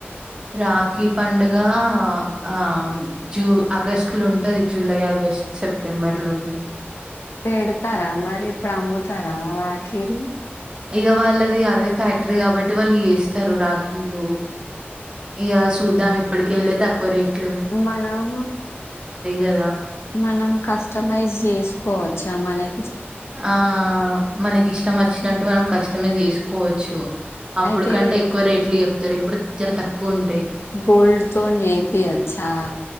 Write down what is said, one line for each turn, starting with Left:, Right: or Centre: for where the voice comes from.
Right: రాఖీ పండుగ ఆ జూ ఆగస్టు లో ఉంటది జూలై ఆగ స్టు సెప్టెంబర్ లోను
Left: పెడతారా మరి ఇప్పుడు అమ్ముతారా రాఖీలు
Right: ఇగా వాళ్ళది అదే ఫ్యాక్టరీ కాబట్టి వాళ్ళు చేస్తారు రాఖీలు ఇగా సూద్దాం ఇప్పడికెళ్లే తక్కువ రేట్
Left: మనం
Right: కదా
Left: మనం కస్టమైజ్ చేసు కోవచ్చా మనై
Right: ఆ మనకి ఇష్టం వచ్చినట్టు మనం కష్టమైస్ చేసుకోవచ్చు అప్పుడు
Left: అయితే
Right: కంటే ఎక్కువ రేట్లు చెప్తారు ఇప్పుడు జర తక్కువ ఉంటాయి
Left: గోల్డ్ తోని చేపియొచ్చా